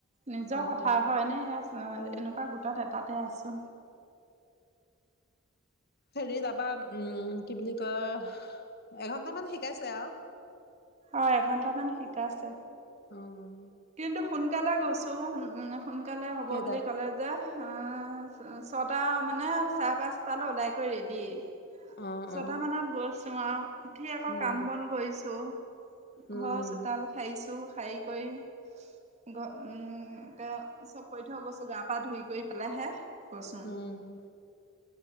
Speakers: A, on the right; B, on the left.
A: নে'জ্বৰ
B: অ
A: কথা
B: অ
A: হয়-নে আচ্ছা
B: অ
A: এনেকো গোটত এটাত এ আছো
B: হেৰি তাৰপা উম কি বুলি কয় এঘন্টামান শিকাইছে আৰু।
A: অ' এঘন্টামান শিকাইছে।
B: অঁ
A: কিন্তু সোনকালে গৈছো উম্ সোনকালে হ'ব
B: কেইটাত
A: বুলি ক'লে যে। আ, ছ-ছটা মানে চাৰে পাচটালৈ ওলাই কৰি ৰেদিয়ে।
B: অ
A: ছতা
B: অ
A: মানত গৈছোঁ আও। উঠি আকৌ
B: উম
A: কাম বন কৰিছোঁ।
B: উম
A: ঘৰৰ চোতাল সাৰিছোঁ। হখাই কৰি। ঘ উম এ চব কৰি থৈ গৈছো, গা পা ধুই কৰি পেলাইহে গৈছো।
B: উম